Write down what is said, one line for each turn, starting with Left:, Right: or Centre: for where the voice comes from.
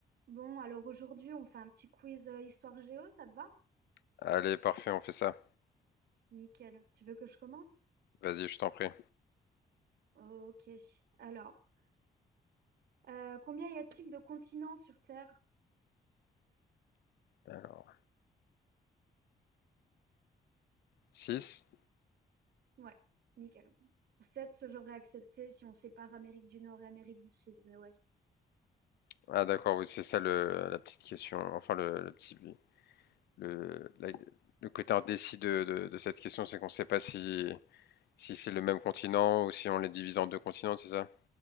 Right: Bon, alors aujourd'hui, on fait un petit quiz euh, histoire géo, ça te va?
Left: Allez, parfait, on fait ça.
Right: Nickel. Tu veux que je commence?
Left: Vas-y, je t'en prie.
Right: Ok. Alors, euh, combien y a-t-il de continents sur Terre?
Left: Alors, 6.
Right: Ouais, nickel. 7, ce j'aurais accepté si on sépare Amérique du Nord et Amérique du Sud, mais ouais.
Left: Ah d'accord, oui, c'est ça le, la petite question. Enfin, le, le petit... Le, la- le côté indécis de, de- de cette question, c'est qu'on ne sait pas si, si c'est le même continent ou si on les divise en deux continents, c'est ça?